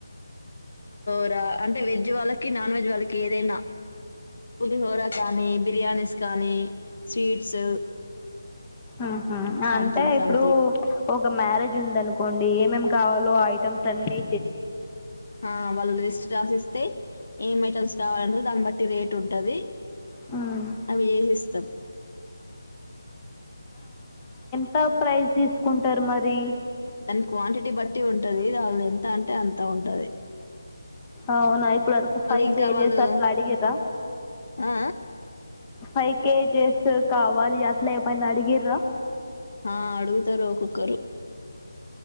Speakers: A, on the left (about 65°); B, on the left (about 20°).
A: ఇగ అంటే వెజ్ వాళ్ళకి నాన్ వెజ్ వాళ్ళకి ఏదైనా పులిహోర కానీ బిర్యానీస్ కానీ స్వీట్స్
B: ఆహ
A: సంథింగ్
B: అంటే ఇప్పుడు
A: సంథింగ్
B: ఒక మ్యారేజ్ ఉందను కోండి ఏమేం కావాలో ఆ ఐటెమ్స్ అన్ని
A: ఆ వాళ్ళు లిస్ట్ రాసిస్తే ఏం ఐటమ్స్ కావాలంటే దాన్ని బట్టి రేట్ ఉంటాది
B: హ్మ్.
A: అవి చేసిస్తా తో
B: సో ప్రైస్ తీసుకుంటారు మరి
A: దాని క్వాంటిటీ బట్టి ఉంటాది వాళ్ళు ఎంత అంటే అంత ఉంటాది
B: అవునా ఇప్పుడు వరకు ఫైవ్
A: ఇంకా
B: కేజెస్
A: వాళ్ళు
B: అట్లా అడిగిర్రా
A: ఆ
B: ఫైవ్ కేజెస్ కావాలి అట్లా ఏమైనా అడిగిర్రా
A: ఆ అడుగుతారు ఒకొక్కరు